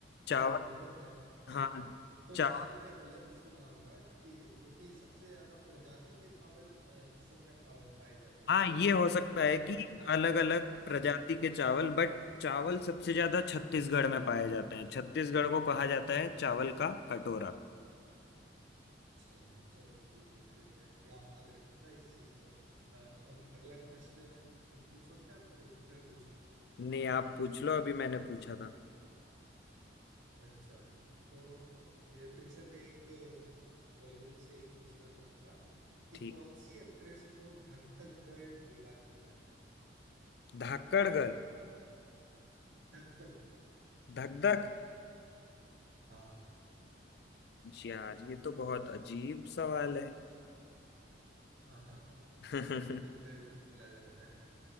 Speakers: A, on the left; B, on the right.
A: चावल
B: नहीं वो तो है बट
A: हाँ
B: तो
A: चावल
B: शायद मैंने गलत सुना होगा कि क्योंकि सबसे ज्यादा प्रजाति के चावल अ, असम में पाए पाए जाते हैं
A: हाँ ये हो सकता
B: तो
A: है कि अलग अलग प्रजाति
B: हाँ,
A: के चावल बट चावल सबसे ज्यादा छत्तीसगढ़ में पाए जाते हैं छत्तीसगढ़ को कहा जाता है चावल का कटोरा
B: अच्छा चलो ठीक है फिर मैं याद रखूंगा इस चीज को अ, अब अगला प्रश्न तुम पूछोगे या मैं पूछ- मैं पूछूं
A: नहीं आप पूछ लो अभी मैंने पूछा था
B: अच्छा तो ये फिर से मैं एक अ, बॉलीवुड से ही पूछना चाहूंगा कि
A: ठीक
B: कौन सी एक्ट्रेस को धक धक गर्ल बोला जाता है
A: धाकड़गढ़
B: धक धक
A: धक धक
B: हाँ
A: यार ये तो बहुत अजीब सवाल है
B: हाँ हाँ
A: <laughs>
B: थक थक कर बोला जाता है